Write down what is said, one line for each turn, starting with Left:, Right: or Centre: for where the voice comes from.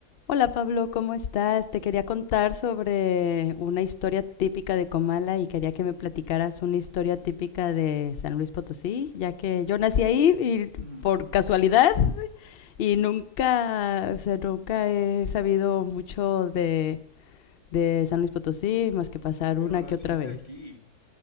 Left: Hola Pablo, ¿cómo estás? Te quería contar sobre una historia típica de Comala y quería que me platicaras una historia típica de San Luis Potosí, ya que yo nací ahí y
Right: Ujú.
Left: por casualidad y nunca, o sea, nunca he sabido mucho de, de San Luis Potosí más que pasar
Right: Pero
Left: una
Right: naciste
Left: que otra vez.
Right: aquí.